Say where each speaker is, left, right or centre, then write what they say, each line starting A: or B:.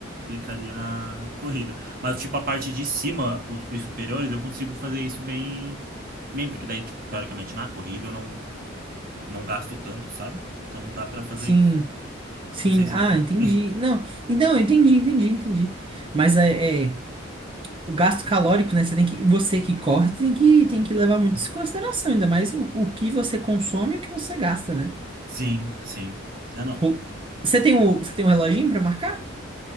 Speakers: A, on the right (about 50°); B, on the right (about 25°).
A: implicaria na corrida. Mas, tipo, a parte de cima, os, os superiores, eu consigo fazer isso bem, bem, porque daí, tipo, teoricamente, na corrida eu não, não gasto tanto, sabe? Então dá pra fazer
B: Sim,
A: isso.
B: sim.
A: Não sei se
B: Ah,
A: deu pra
B: entendi.
A: entender.
B: Não, então, eu entendi, entendi, entendi. Mas é, é, o gasto calórico, né? Você tem que, você que corre tem que, tem que levar muito isso em consideração, ainda mais o, o que você consome e o que você gasta, né?
A: Sim, sim. É, não.
B: Pô, você tem um, você tem um reloginho pra marcar?